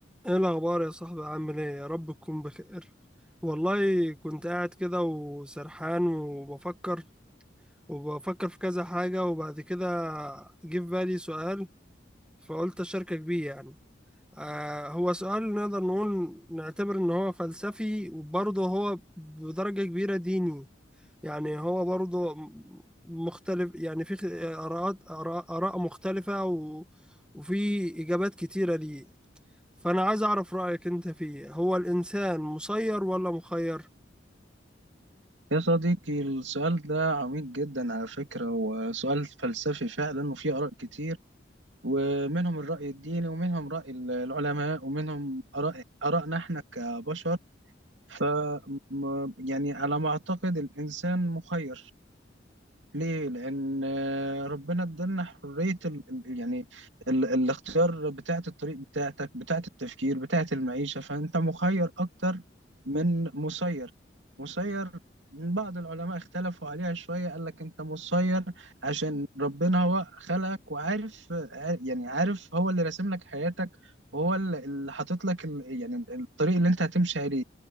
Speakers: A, in the centre; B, on the right.
A: ايه الاخبار يا صاحبي عامل ايه يا رب تكون بخير والله كنت قاعد كده وسرحان وبفكر وبفكر في كذا حاجة وبعد كده جه في بالي سؤال فقلت اشاركك بيه يعني آه هو سؤال نقدر نقول نعتبر ان هو فلسفي وبرضه هو بدرجة كبيرة ديني يعني هو برضه م- مختلف يعني في خ- آراءات آراء آراء مختلفة و وفي إجابات كتيرة ليه فأنا عايز أعرف رأيك أنت فيه هو الإنسان مسير ولا مخير؟
B: يا صديقي السؤال ده عميق جدا على فكرة وسؤال فلسفي فعلا وفيه آراء كتير ومنهم الرأي الديني ومنهم رأي العلماء ومنهم آراء آرائنا احنا كبشر ف م- يعني على ما أعتقد الإنسان مخير ليه؟ لأن آه، ربنا ادالنا حرية ال ال- يعني ال الاختيار بتاعة الطريق بتاعتك بتاعة التفكير بتاعة المعيشة فأنت مخير أكتر من مسير مسير بعض العلماء اختلفوا عليها شوية قال لك أنت مسير عشان ربنا هو خلقك وعارف عار- يعني عارف هو اللي راسم لك حياتك وهو اللي اللي حاطط لك ال- يعني ال- الطريق اللي أنت هتمشي عليه